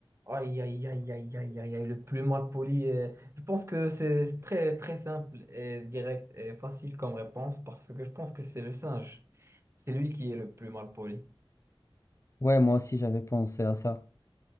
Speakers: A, on the right (about 30°); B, on the left (about 30°).
A: Aïe, aïe, aïe, aïe, aïe, aïe, aïe, le plus mal poli. euh, je pense que c'est très, très simple et direct et facile comme réponse parce que je pense que c'est le singe. C'est lui qui est le plus mal poli.
B: Ouais, moi aussi j'avais pensé à ça.